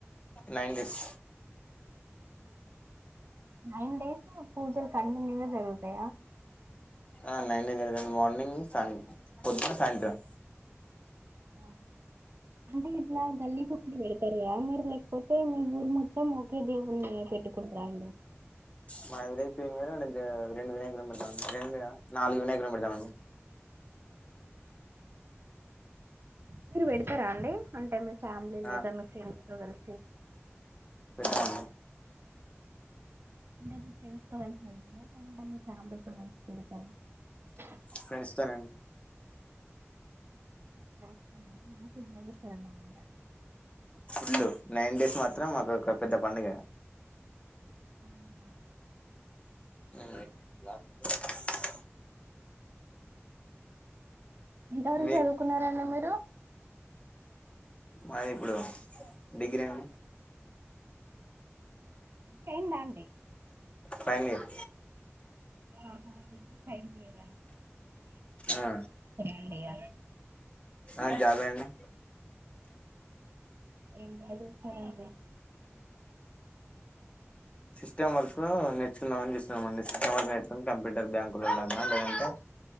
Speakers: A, on the left; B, on the right.
A: నైన్ డేస్
B: నైన్ డేసు పూజలు కనువిందుగా జరుగు అయా
A: ఆ నైన్ దగ్గర దాని <inaudible> మార్నింగ్ సాయ పొద్దున సాయంత్రం
B: ఆహా అంటే ఇట్లా గల్లికో పెడతారయా మీరు లేకపోతే మీ ఊరు మొత్తం ఒకే దేవుని పెట్టుకుంటర అండి
A: మాదై పేరు మీద రండు వినయకులం పెడతామండి రెండా నాలుగు వినాయకులు పెడతామండి
B: మీరు పెడత రా అండి అంటే మీరు ఫ్యామిలీ లేదా
A: ఆ
B: మీ ఫ్రెండ్స్ తో కలిసి
A: పెట్టామండి
B: ఉంటన్న వ ఉంటన్నీ తామత వ ఎడుక్క <unintelligible> <inaudible>
A: ఫ్రెండ్స్ తోనే అండి
B: <inaudible> మనసున్న విచారణ మాట
A: ఫుల్ నైన్ డేస్ మాత్రం మాకు ఒక పెద్ద పండుగ
B: అవునా
A: ఉమ్
B: ఎంతవరకు
A: మీ
B: చదువుకున్నారండి మీరు
A: మాదిప్పుడు డిగ్రీ అండి
B: టైమ్ బాంది
A: ఫైనల్ ఇయర్
B: ఆహా టైమ్ క్లియరా
A: ఆ
B: అండి ఇగ
A: ఆ జాబే అండి
B: ఉమ్ ఎంత చేస్తారండి
A: సిస్టమ్ వర్క్ నేర్చకుందామని చస్తున్నామండి సిస్టమ్ వర్క్ నేర్చుకుని కంప్యూటర్ బ్యాంకుల ల్లో అన్నా లేదంటే